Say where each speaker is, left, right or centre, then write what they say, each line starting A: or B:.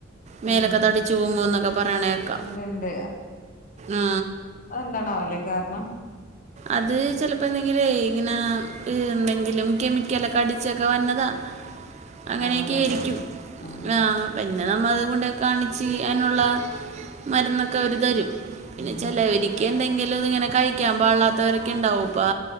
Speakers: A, on the right; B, on the left.
A: മേലൊക്കെ
B: ഉം
A: തടിച്ചു പോങ്ങൂ എന്നൊക്കെ പറയണേക്കാ
B: ഇണ്ട്ണ്ട്
A: ആ
B: എന്താണാവല്ലേ കാരണം
A: അത് ചിലപ്പോ എന്തെങ്കിലും ഇങ്ങനെ എന്തെങ്കിലും കെമിക്കലൊക്കെ അടിച്ചൊക്കെ വന്നതാ അങ്ങനെയൊക്കൊയിയിരിക്കും
B: അതുകൊണ്ടായിരിക്കും ആഹ്
A: ആ പിന്നെ നമ്മ അതുകണ്ട് കാണിച്ച് അതിനുള്ള മരുന്നൊക്കെ അവർ തരും പിന്നെ
B: ഉം
A: ചെലവരിക്ക് എന്തെങ്കിലും ഇങ്ങനെ കഴിക്കാൻ പാള്ളാ ഇത്തവരൊക്കെ ഉണ്ടാവുംപ്പാ